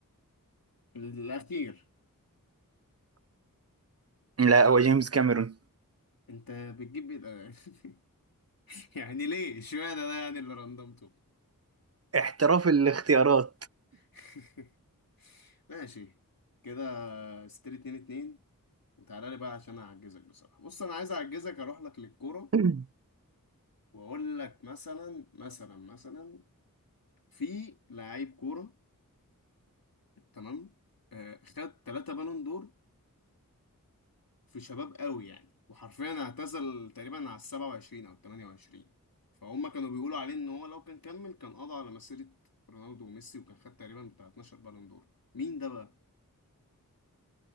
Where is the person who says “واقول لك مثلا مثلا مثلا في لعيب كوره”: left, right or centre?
Left